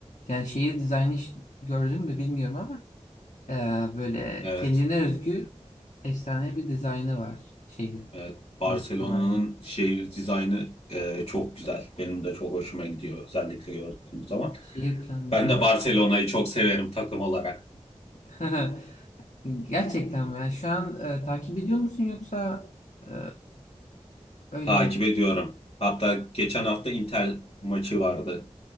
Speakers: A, on the left; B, on the left.
A: Yani şehir dizaynı ş- gördün mü bilmiyorum ama e, böyle
B: evet.
A: kendine özgü efsane bir dizaynı var şehir
B: Evet, Barcelona'nın
A: Dokusu var yani.
B: şehir dizaynı e, çok güzel. Benim de çok hoşuma gidiyor özellikle gördüğüm zaman.
A: Şehir planlaması.
B: Ben de Barcelona'yı çok severim takım olarak.
A: <laughs> Gerçekten mi? Yani şu an e, takip ediyor musun yoksa e,
B: <laughs>
A: öyle?
B: Takip ediyorum. Hatta geçen hafta Inter maçı vardı